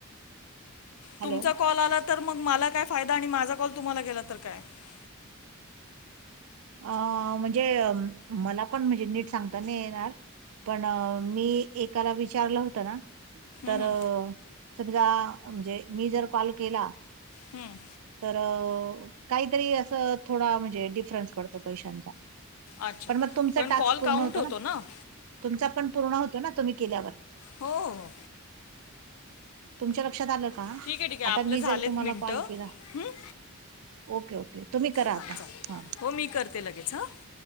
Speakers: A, on the right; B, on the left.
A: हॅलो
B: तुमचा कॉल आला... तर मग मला काय फायदा? आणि माझा कॉल तुम्हाला गेला तर काय? हम्म,
A: अ.. म्हणजे मला पण म्हणजे नीट सांगता नाही येणार. पण मी एकाला विचारलं होत ना, तर
B: हम्म.
A: समजा, म्हणजे मी जर कॉल केला
B: हम्म
A: तर, काहीतरी असं थोडा म्हणजे डिफरन्स पडतो पैशांचा.
B: अच्छा
A: पण मग तुमचा
B: पण
A: टास्क
B: कॉल
A: पूर्ण
B: काउंट
A: होतो ना.
B: हो
A: तुमचा पण पूर्ण होतो ना तुम्ही केल्यावर.
B: हो हो
A: तुमच्या लक्षात आलं का?
B: ठीक आहे ठीक आहे
A: आता
B: आपलं
A: मी जर
B: झालेत
A: तुम्हाला
B: मिनटं
A: कॉल केला.
B: हं?
A: ओके ओके तुम्ही करा
B: हां
A: आता
B: चालेल
A: हा
B: हो मी करते लगेच हं